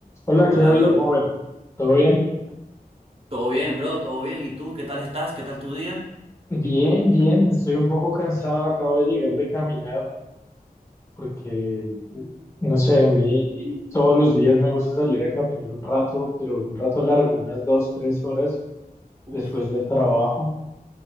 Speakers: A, on the left; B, on the right.
A: Hola,
B: Hola,
A: ¿qué ha habido,
B: bro.
A: joven? ¿Todo bien?
B: Todo bien, bro, todo bien. ¿Y tú? ¿Qué tal estás? ¿Qué tal tu día?
A: Bien, bien. Estoy un poco cansado. Acabo de llegar de caminar porque, no sé, a mí todos los días me gusta salir a caminar un rato, pero un rato largo, unas dos, tres horas
B: Uf,
A: después del trabajo.